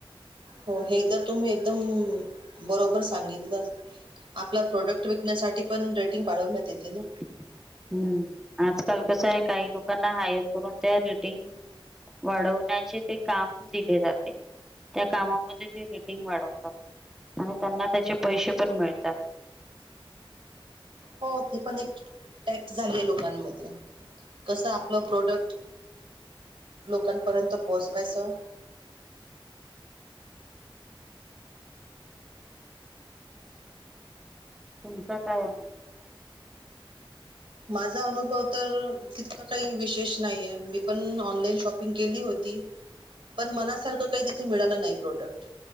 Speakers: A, on the right; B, in the centre.
A: हो हे तर तुम्ही एकदम बरोबर सांगितलं. आपला प्रोडक्ट विकण्यासाठी पण रेटिंग <inaudible> वाळवण्यात येते ना.
B: हम्म,, आजकाल कस आहे काही <inaudible> लोकऽ <inaudible> लोकांना हायर करून त्या रेटिंग <inaudible> वाढवण्याचेऽ ते काम दिले जाते, त्या कामामध्ये ते रेटिंग वाढव तात आणि त्यांना त्याचे पैसे पण मिळतात.
A: हो, ती पण एक टॅक्ट झालीय लोकांमध्ये कसं आपलं प्रोडक्ट लोकांपर्यंत पोहोचवायचं.
B: तुमचा काय? अनुभव?
A: माझा अनुभव तर, तितका काही विशेष नाहीे, मी पण ऑनलाईन शॉपिंग केली होती. पण मनासारखं काही तिथे मिळालं नाही प्रोडक्ट